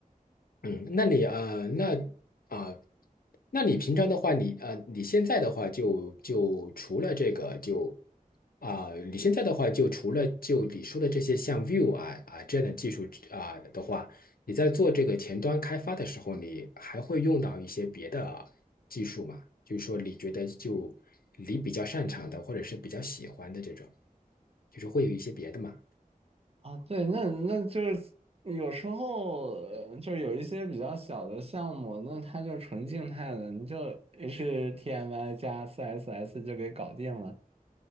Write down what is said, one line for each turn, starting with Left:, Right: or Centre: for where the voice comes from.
Left: 嗯，那你呃，那啊、那你平常的话，你呃，你现在的话就，就除了这个就啊、你现在的话就除了就你说的这些像 Vue 啊啊这样的技术啊、的话，你在做这个前端开发的时候，你还会用到一些别的技术吗？就是说，你觉得就你比较擅长的，或者是比较喜欢的这种，就是会有一些别的吗？
Right: 啊，对，那那就是有时候呃就有一些比较小的项目，那它就纯静态的，你就 HTML 加 CSS 就给搞定了。